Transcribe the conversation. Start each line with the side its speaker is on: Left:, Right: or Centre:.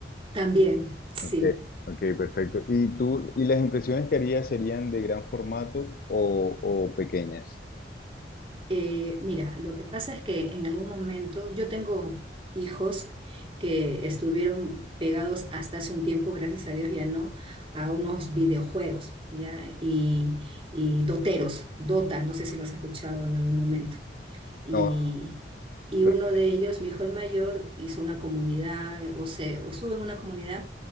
Right: También, sí.
Left: Ok, ok, perfecto. ¿Y tú, y las impresiones que harías serían de gran formato o, o pequeñas?
Right: Eh, mira, lo que pasa es que en algún momento yo tengo hijos que estuvieron pegados hasta hace un tiempo, gracias a Dios ya no, a unos videojuegos, ¿ya? Y, y doteros, Dota, no sé si lo has escuchado en algún momento y,
Left: No.
Right: y
Left: pero-
Right: uno de ellos, mi hijo el mayor, hizo una comunidad o se o sube en una comunidad